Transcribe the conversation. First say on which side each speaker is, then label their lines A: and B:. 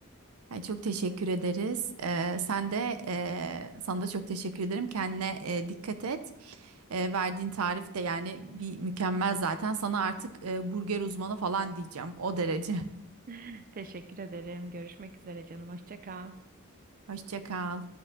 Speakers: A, on the right (about 80°); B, on the right (about 40°).
A: Ay, çok teşekkür ederiz. Ee, sen de e, sana da çok teşekkür ederim. Kendine e, dikkat et. E, verdiğin tarif de yani bir mükemmel zaten. Sana artık e, burger uzmanı falan diyeceğim. O derece.
B: <laughs> Teşekkür ederim. Görüşmek üzere canım. Hoşça kal.
A: <laughs> Hoşça kal.